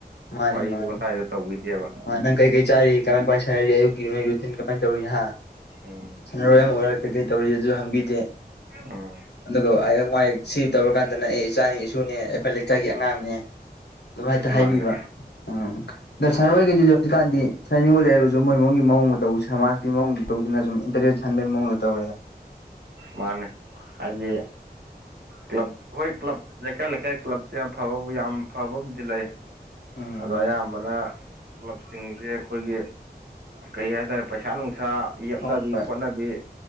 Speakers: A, on the left (about 85°); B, on the right (about 85°).
A: ꯃꯥꯅꯤ
B: ꯋꯥꯔꯤꯗꯨ
A: ꯃꯥꯅꯤ
B: ꯋꯥꯇꯥꯏꯗꯣ ꯇꯧꯕꯤꯗꯦꯕ
A: ꯃꯥꯅ ꯀꯩ ꯀꯩ ꯆꯥꯔꯤ ꯀꯃꯥꯏ ꯀꯃꯥꯏ ꯁꯔꯤꯌꯨꯤꯟ ꯀꯃꯅ ꯇꯧꯔꯤꯍ
B: ꯑ
A: ꯁꯥꯟꯅꯔꯣꯏ ꯑꯃ ꯑꯣꯏꯔꯒ ꯀꯩꯀꯩ ꯇꯧꯔꯤ ꯑꯗꯨꯁꯨ ꯍꯪꯕꯤꯗꯦ
B: ꯑꯣ
A: ꯑꯗꯨꯒ ꯑꯩꯍꯥꯛ ꯃꯥꯏ ꯁꯤ ꯇꯧꯔꯀꯥꯟꯗꯅ ꯑꯩ ꯏꯆꯥꯅꯤ ꯏꯁꯨꯅꯦ ꯑꯩꯈꯣꯏ ꯏꯒꯤ ꯑꯉꯥꯡꯅꯦ ꯑꯗꯨꯝ ꯍꯥꯏꯛꯇ
B: ꯃꯥꯅꯦ
A: ꯍꯥꯏꯕꯤꯕ ꯎꯝ ꯑꯗꯣ ꯁꯔ
B: ꯎꯝ
A: ꯍꯣꯏꯈꯩꯁꯤꯁꯨ ꯍꯧꯖꯤꯛꯀꯥꯟꯗꯤ ꯁꯅꯤꯡꯕ ꯂꯩꯔꯒꯁꯨ ꯃꯣꯏ ꯃꯣꯏꯒꯤ ꯃꯑꯣꯡꯗ ꯇꯧ ꯁꯃꯥꯖꯀꯤ ꯃꯑꯣꯡꯗ ꯇꯧꯗꯅ ꯁꯨꯝ ꯏꯟꯇꯔꯦꯠ ꯁꯟꯕꯒꯤ ꯃꯑꯣꯡꯗ ꯇꯧꯔꯦꯒ
B: ꯃꯥꯅꯦ ꯍꯥꯏꯦ ꯀ꯭ꯂꯕ ꯍꯣꯏ ꯀ꯭ꯂꯕ ꯂꯩꯀꯥꯏ ꯂꯩꯀꯥꯏ ꯀ꯭ꯂꯕꯁꯦ ꯑꯐꯕꯕꯨ ꯌꯥꯝ ꯐꯕꯕꯨꯗꯤ ꯂꯩ
A: ꯎꯝ
B: ꯑꯗꯣ ꯑꯌꯥꯝꯕꯅ ꯀ꯭ꯂꯕꯁꯤꯡꯁꯦ ꯑꯩꯈꯣꯏꯒꯤ ꯀꯩ ꯍꯥꯏꯇꯥꯔꯦ ꯄꯩꯁꯥ ꯅꯨꯡꯁꯥ ꯌꯦꯞꯅꯕꯤ
A: ꯍꯣꯏ ꯍꯣꯏ
B: ꯈꯣꯠꯅꯕꯤ